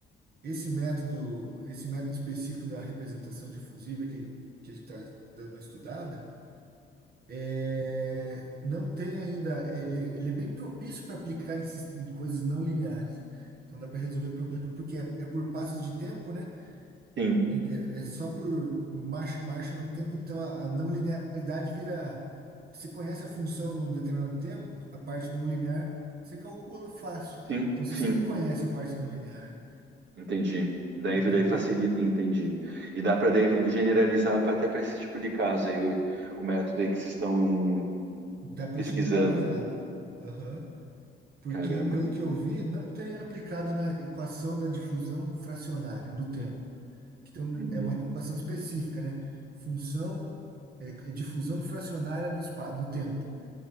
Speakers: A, on the right; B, on the right.
A: esse método, esse método específico da representação difusiva que, que a gente está dando uma estudada, é, não tem ainda. Ele, ele é bem propício para aplicar em, sis- em coisas não lineares. Então dá para resolver problema, porque é, é por passos de tempo, né?
B: Sim,
A: E É é só por, por marcha, marcha no tempo. Então a, a não linearidade vira. Você conhece a função num determinado tempo, a parte não linear, você calcula fácil.
B: sim,
A: Então você
B: sim,
A: sempre conhece a parte não linear,
B: entendi. Daí,
A: entendeu?
B: daí facilita, entendi. E dá para daí generalizar pra- até para esse tipo de caso aí, o, o método aí que vocês estão hum,
A: Dá para
B: pesquisando.
A: generalizar. Aham. Porque,
B: Caramba.
A: pelo que eu vi, não tem aplicado na equação da difusão fracionária no tempo. Então,
B: Uhum.
A: é uma equação específica, né? Função é, é difusão fracionária no espaço, no tempo.